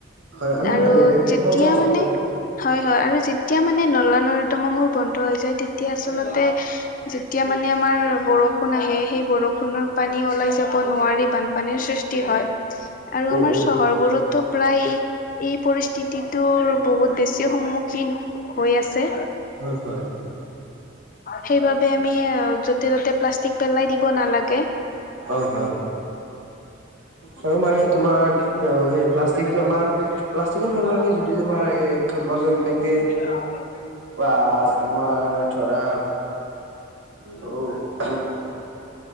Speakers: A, on the right; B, on the left.
A: হয় আমি
B: আৰু
A: মানুহে
B: যেতিয়া
A: সজাগ হ'ব
B: মানে
A: লাগিব।
B: হয় হয় আৰু যেতিয়া মানে নলা নৰ্দমাবোৰ বন্ধ হৈ যায়, তেতিয়া আচলতে যেতিয়া মানে আমাৰ বৰষুণ আহে সেই বৰষুণৰ পানী ওলাই যাব নোৱাৰি বানপানীৰ সৃষ্টি হয়, আৰু
A: উম
B: আমাৰ
A: উম
B: চহৰবোৰতো প্ৰায় এই পৰিস্থিতি টোৰ বহুত বেছি সন্মুখীন হৈ আছে।
A: হয় হয়।
B: সেইবাবে আমি এ য'তে ততে প্লাষ্টিক পেলাই দিব নালাগে।
A: হয় হয়। আৰু মানে তোমাৰ, সেই প্লাষ্টিকটো আমাৰ প্লাষ্টিকৰ সলনী যদি তোমাৰ এই কাগজৰ পেকেট
B: <inaudible>
A: বা তোমাৰ ধৰা <unintelligible>